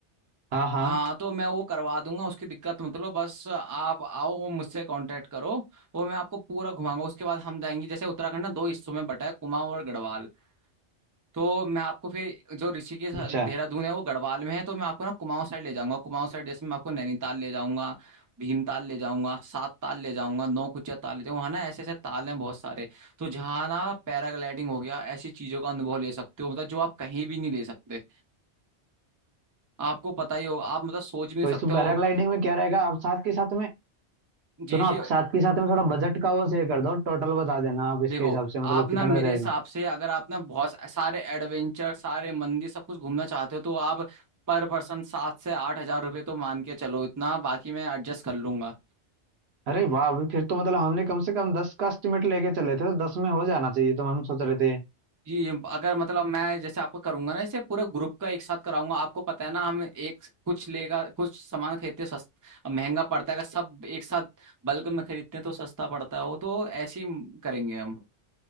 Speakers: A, on the right; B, on the right.
A: हाँ हाँ
B: हाँ तो मैं वो करवा दूंगा उसकी दिक्कत मत लो बस आप आओ मुझसे कांटेक्ट करो वो मैं आपको पूरा घुमाऊंगा उसके बाद हम जाएंगे जैसे उत्तराखंड ना दो हिस्सों में बटा है कुमाऊं और गढ़वाल तो मैं आपको फिर जो ऋषिकेश देहरादून
A: अच्छा
B: है वो गढ़वाल में है तो मैं आपको ना कुमाऊं साइड ले जाऊंगा कुमाऊं साइड जैसे मैं आपको नैनीताल ले जाऊंगा भीमताल ले जाऊंगा सात ताल ले जाऊंगा नौकुचिया ताल ले जाऊंगा वहाँ ना ऐसे ऐसे ताल हैं बहुत सारे तो जहाँ ना पैराग्लाइडिंग हो गया ऐसी चीजों का अनुभव ले सकते हो मतलब जो आप कहीं भी नहीं ले सकते आपको पता ही होगा आप मतलब सोच भी नहीं
A: तो
B: सकते
A: इसमें
B: हो
A: पैराग्लाइडिंग में क्या रहेगा आप साथ के साथ में
B: जी
A: सुनो
B: जी
A: आप साथ के साथ में थोड़ा बजट का वो शेयर कर दो टोटल बता देना आप इसके
B: देखो
A: हिसाब से मतलब
B: आप ना
A: कितना
B: मेरे
A: रहेगा
B: हिसाब से अगर आप ना बहुत सारे एडवेंचर सारे मंदिर सब कुछ घूमना चाहते हो तो आप पर पर्सन सात से आठ हजार रुपये तो मान के चलो इतना बाकी मैं एडजस्ट कर लूंगा
A: अरे वाह अभी फिर तो मतलब हमने कम से कम दस का एस्टिमेट लेके चले थे तो दस में हो जाना चाहिए तो हम सोच रहे थे
B: जी अगर मतलब मैं जैसे आपको करूंगा ना जैसे पूरा ग्रुप का एक साथ कराऊंगा आपको पता है ना हम एक कुछ लेगा कुछ सामान खरीदते सस्ता महंगा पड़ता है अगर सब एक साथ बल्क में खरीदते हैं तो सस्ता पड़ता है वो तो ऐसे ही करेंगे हम